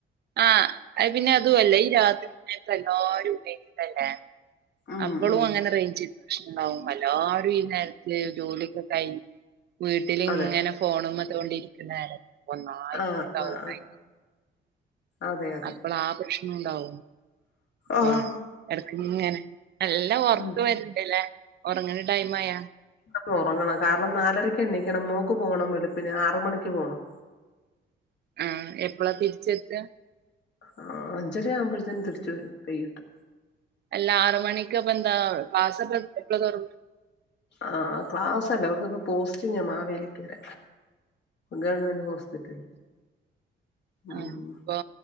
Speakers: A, on the right (about 55°); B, on the left (about 60°).
A: ആഹ പിന്നെ അതുഅ ല്ലെ ഈ രാത്രിപിന്നെ അപ്പോ എല്ലരും ഉഭയോഗിക്കല്ലേ
B: ഉം
A: അപ്പളും
B: ഉം
A: അങ്ങനെ റൈഞ്ചിൻ പ്രശ്നണ്ടാകും എല്ലാരും ഈ നേരത്തെ ജോലി ഒക്കെ കൈഞ്ഞ് വീട്ടിലിങ്ങനെ
B: അതെ
A: ഫോണുമ്മേ ത്തൊണ്ടിരിക്കാകാരം ഒന്നായിട്ടുണ്ടാകും
B: ആഹ് ആഹ് ആഹ്
A: റെയിഞ്ച്
B: അതെ അതെ
A: അപ്പളാ ആ പ്രശ്നോ ണ്ടാകും അപ്പ
B: ആഹ്
A: എടക്കിങ്ങനെ നല്ല ഉറക്ക്
B: ഉം
A: വരിനിണ്ടലെ ഉറങ്ങണ ടൈം ആയോ
B: ഇപ്പ ഒറങ്ങണം കാരണം നാലരക്ക് എണീക്കണം മോക്ക് പോണം വെളുപ്പിന് ആറ് മണിക്ക് പോണം
A: ആഹ് എപ്പളാ തിരിച്ചെത്താ
B: ആ അഞ്ചര ആവുമ്പോഴേതിൻ തിരിച്ചു വരും കൈയിട്ട്
A: അല്ല ആർ മണിക്ക്പ്പന്താ ക്ലാസ്പ്പ എപ്പള തോറ
B: ആഹ ക്ലാസ്സ്ല്ലാ അവൾക്ക് ഇപ്പം പോസ്റ്റിങ്ങാ മാവേലിക്കര.. ഗവൺമെൻറ് ഹോസ്പിറ്റൽ.. ഉം
A: ആഹ ഇപ്പൊ